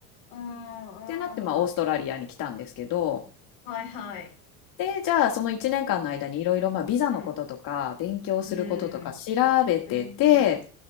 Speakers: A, on the left; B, on the left.
A: うん、うん。
B: てなって、まあ、オーストラリアに来たんですけど、
A: はいはい。
B: で、じゃあその1年間の間にいろいろまあビザのこととか勉強することとか調べてて、
A: うん。うん。うん。